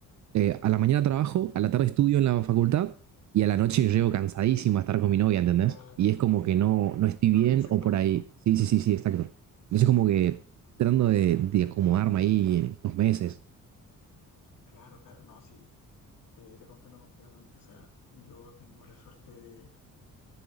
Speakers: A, on the right (about 55°); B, on the left (about 70°).
A: eh, a la mañana trabajo, a la tarde estudio en la facultad y a la noche llego
B: Ujú,
A: cansadísimo a estar con mi novia, ¿entendés?
B: Claro,
A: Y es
B: sí.
A: como que
B: bo.
A: no, no estoy
B: No
A: bien
B: rindes en
A: o
B: todo.
A: por ahí. Sí, sí, sí, sí, exacto. Entonces
B: Sí,
A: como
B: sí.
A: que tratando de, de acomodarme ahí en estos meses.
B: Claro, claro. No, sí. Te, te comprendo completamente. O sea, yo tengo la suerte de,